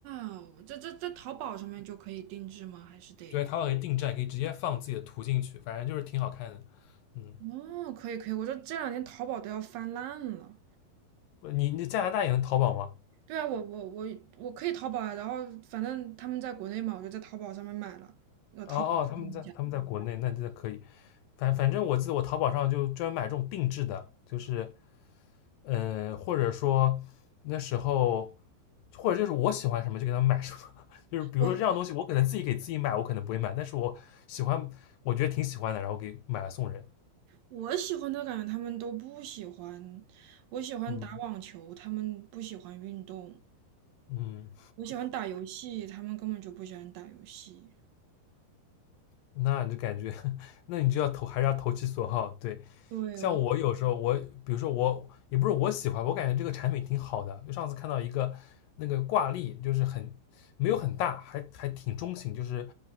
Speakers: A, on the right; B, on the left.
A: 哦，这这这淘宝上面就可以定制吗？还是得？
B: 对，淘宝可以定制，可以直接放自己的图进去，反正就是挺好看的。嗯，
A: 哦，可以可以，我这这两年淘宝都要翻烂了。
B: 不你你加拿大也能淘宝吗？
A: 对啊，我我我我可以淘宝啊，然后反正他们在国内嘛，我就在淘宝上面买了，那淘宝上面讲，
B: 哦哦，他们在他们在国内，那这可以。反反正我记得我淘宝上就专门买这种定制的，就是呃，或者说那时候，或者就是我喜欢什么就给他们买什么。<laughs> 就是比如说这样东西，
A: 我
B: 我可能自己给自己买，我可能不会买，但是我喜欢，我觉得挺喜欢的，然后给买了送人。
A: 我喜欢的感觉他们都不喜欢，我喜欢打网球，
B: 嗯
A: 他们不喜欢运动，
B: 嗯。
A: 我喜欢打游戏，他们根本就不喜欢打游戏。
B: 那你就感觉，<laughs> 那你就要投，还是要投其所好。对，
A: 对，
B: 像我有时候我，
A: 我，
B: 比如说我，也不是我喜欢，我感觉这个产品挺好的。就上次看到一个那个挂历，就是很没有很大，还还挺中型，就是